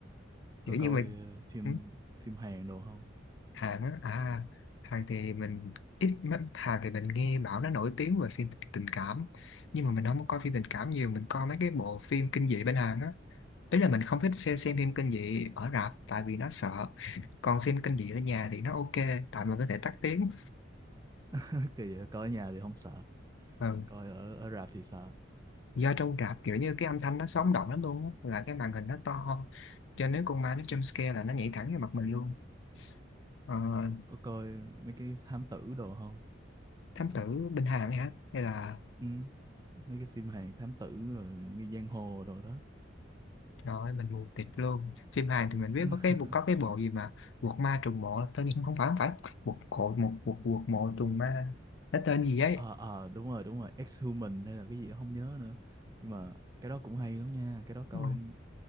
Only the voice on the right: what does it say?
có
coi
ờ, phim
phim Hàn đồ không
<laughs> kỳ vậy, coi ở nhà thì không sợ
coi ở ở rạp thì sợ
có coi mấy cái thám tử đồ không
ừ. mấy cái phim Hàn thám tử rồi nghi giang hồ đồ đó
<laughs>
ờ ờ đúng rồi đúng rồi Ex-Human hay là cái gì đó không nhớ nữa nhưng mà cái đó cũng hay lắm nha cái đó coi